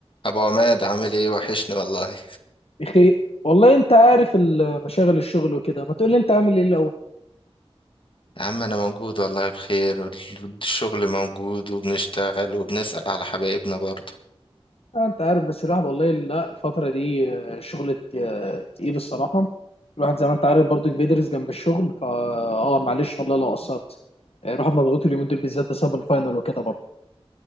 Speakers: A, on the left (about 55°); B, on the left (about 75°).
A: ابو عماد عامل ايه وحشني والله
B: بخير والله انت عارف ال- مشاغل الشغل وكده ما تقول لي انت عامل ايه الاول
A: يا عم انا موجود والله بخير وال- والشغل موجود وبنشتغل وبنسأل على حبايبنا برضه
B: آه، انت عارف بس الواحد والله لا الفتره دي آه، شغل ت- آه، تقيل الصراحه الواحد زي ما انت عارف برضك بيدرس جنب الشغل فا اه معلش والله لو قصرت آه، الواحد مضغوط اليومين دول بالذات بسبب الفاينل وكده برضه